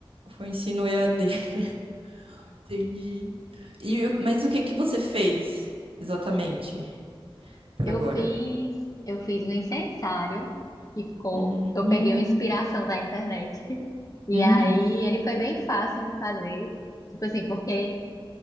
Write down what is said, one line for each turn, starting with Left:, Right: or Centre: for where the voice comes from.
Right: foi ensino EAD. <laughs> Entendi. E, o- mas o que que você fez exatamente por
Left: Eu
Right: agora?
Left: fiz, eu fiz um incensário que ficou.
Right: Hum,
Left: Eu
Right: hum,
Left: peguei uma inspiração da internet. <laughs> E
Right: uhum,
Left: aí ele foi bem fácil de fazer. Tipo assim, porque